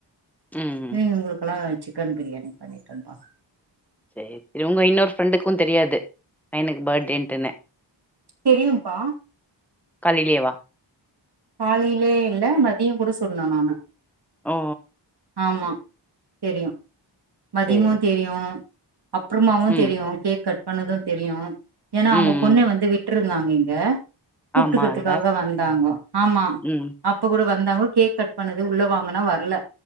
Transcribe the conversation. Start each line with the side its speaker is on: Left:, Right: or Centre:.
Centre: ம்
Right: ப்டே இவுங்குளுக்கல்லா சிக்கன் பிரியாணி பண்ணிட்டன் பா
Centre: சேரி ப் இவுங்க இன்னொரு ஃப்ரெண்டுக்கும் தெரியாது பையனுக்கு பர்டேன்ட்டுன்னு
Right: தெரியும்பா
Centre: காலிலேவா
Right: காலிலே இல்ல மத்தியோங் கூட சொன்ன நானு
Centre: ஓ
Right: ஆமா தெரியு மத்தியம்மு
Centre: சரி
Right: தெரியு ப்புறமாவு
Centre: ம்
Right: தெரியு கேக் கட் பண்ணதோ தெரியு ஏன்னா அவங்க
Centre: ம்
Right: பொண்ண
Centre: ம்
Right: வந்து விட்ருந்தாங்க இங்க கூப்ட்டுக்குறதுக்காக
Centre: ஆமால்ல
Right: வந்தாங்கோ ஆமா
Centre: ம்
Right: அப்போ கூட வந்தாங்கோ கேக் கட் பண்ணது உள்ள வாங்கன்னா வர்ல